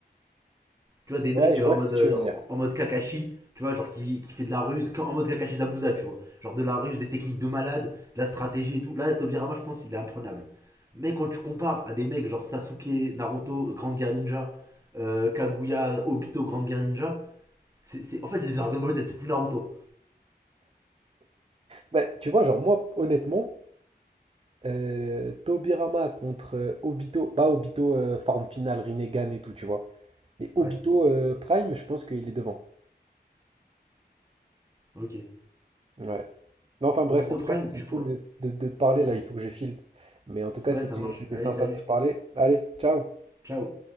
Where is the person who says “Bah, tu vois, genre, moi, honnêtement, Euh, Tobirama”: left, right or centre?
Right